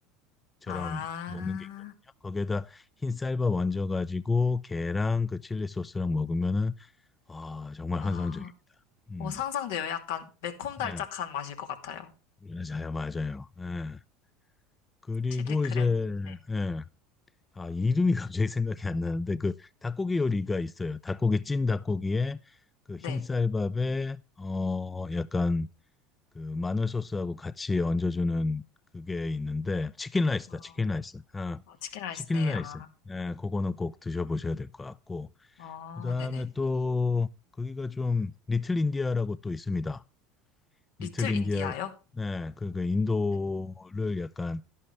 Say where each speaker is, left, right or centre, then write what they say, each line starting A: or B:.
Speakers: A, on the left; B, on the left.
A: 요리처럼
B: 아,
A: 먹는 게 있거든요. 거기에다 흰 쌀밥 얹어가지고, 게랑 그 칠리 소스랑 먹으면은, 아, 정말
B: 아,
A: 환상적입니다. 음.
B: 어, 상상돼요. 약간 매콤달짝한
A: 네.
B: 맛일 것 같아요.
A: 맞아요, 맞아요. 예. 그리고
B: 칠리 크랩.
A: 이제,
B: 네.
A: 예. 아, 이름이 <laughs> 갑자기 생각이 안 나는데, 그 닭고기 요리가 있어요. 닭고기, 찐 닭고기에 그 흰쌀밥에,
B: 네.
A: 어, 약간 그 마늘 소스하고 같이 얹어주는 그게 있는데, 치킨 라이스다,
B: 어,
A: 치킨 라이스. 아,
B: 어, 치킨 라이스,
A: 치킨
B: 네,
A: 라이스.
B: 아,
A: 예, 그거는 꼭 드셔보셔야 될 것 같고.
B: 어,
A: 그 다음에
B: 네네.
A: 또, 거기가 좀, 리틀 인디아라고 또 있습니다. 리틀
B: 리틀
A: 인디아,
B: 인디아요?
A: 네, 그, 그 인도를
B: 네.
A: 약간